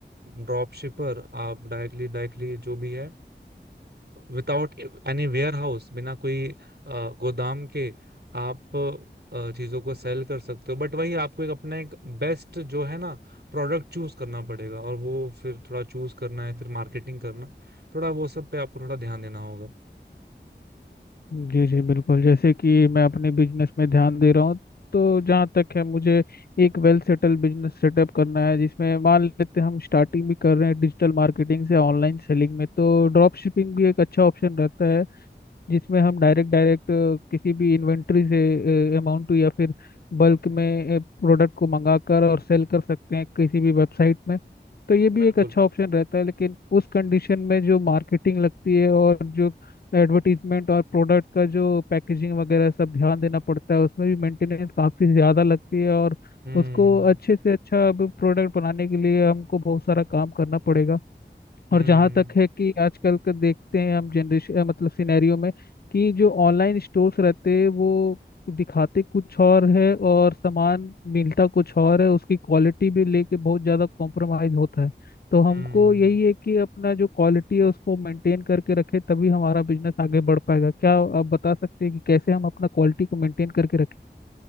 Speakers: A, on the right (about 65°); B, on the left (about 60°).
A: ड्रॉप शिपर आप डायरेक्टली डायरेक्टली जो भी है विदाउट एनी वेयर हाउस बिना कोई अ, गोदाम के आप अ, चीजों को सेल कर सकते हो बट वही आपको एक अपना एक बेस्ट जो है ना प्रोडक्ट चूज करना पड़ेगा और वो फिर थोड़ा चूज करना है फिर मार्केटिंग करना थोड़ा वो सब पे आपको थोड़ा ध्यान देना होगा
B: जी जी बिल्कुल जैसे कि मैं अपने बिजनेस में ध्यान दे रहा हूँ तो जहाँ तक है मुझे एक वेल सेटल बिजनेस सेटअप करना है जिसमें मान लेते हैं हम स्टार्टिंग भी कर रहे हैं डिजिटल मार्केटिंग से ऑनलाइन सेलिंग में तो ड्रॉप शिपिंग भी एक अच्छा ऑप्शन रहता है जिसमें हम डायरेक्ट डायरेक्ट किसी भी इन्वेंट्री से अमाउंट या फिर बल्क में प्रोडक्ट को मंगाकर और सेल कर सकते हैं किसी भी वेबसाइट में तो ये भी
A: बिल्कुल
B: एक अच्छा ऑप्शन रहता है लेकिन उस कंडीशन में जो मार्केटिंग लगती है और जो एडवर्टीजमेंट और प्रोडक्ट का जो पैकेजिंग वगैरह सब ध्यान देना पड़ता है उसमें भी मेंटेनेंस काफ़ी ज़्यादा लगती है और
A: हम्म
B: उसको अच्छे से अच्छा प्रोडक्ट बनाने के लिए हमको बहुत सारा काम करना पड़ेगा
A: हम्म
B: और जहाँ तक है कि आजकल का देखते हैं हम जनरेशन मतलब सिनेरियो में कि जो ऑनलाइन स्टोर्स रहते हैं वो दिखाते कुछ और है और सामान मिलता कुछ और है उसकी क्वालिटी भी लेके बहुत ज़्यादा कॉम्प्रोमाइज होता है तो हमको
A: हम्म
B: यही है कि अपना जो क्वालिटी है उसको मेंटेन करके रखे तभी हमारा बिजनेस आगे बढ़ पाएगा क्या आप बता सकते हैं कि कैसे हम अपना क्वालिटी को मेंटेन करके रखें